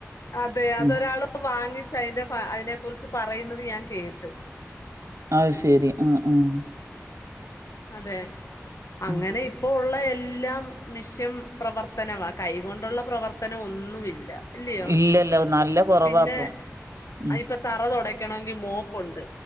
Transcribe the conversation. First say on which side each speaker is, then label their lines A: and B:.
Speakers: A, on the left; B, on the right.
A: അതെ അതൊരാള്
B: ഉം
A: വാങ്ങിച്ച് അതിന്റെ ഫ അതിനെ കുുറിച്ച് പറയുന്നത് ഞാൻ കേട്ട്
B: അത് ശരി ആഹ് ആഹ്
A: അതെ അങ്ങനെ
B: ഉം
A: ഇപ്പൊ ഉള്ള എല്ലാം മിഷ്യം പ്രവർത്തനമാ കൈകൊണ്ടുള്ള പ്രവർത്തനം ഒന്നുമില്ല ഇല്ലയോ
B: ഇല്ലല്ല നല്ല കൊറവാപ്പം
A: പിന്നെ
B: ഉം
A: അ ഇപ്പൊ തറ തുടക്കണമെങ്കിൽ മോപ്പുണ്ട്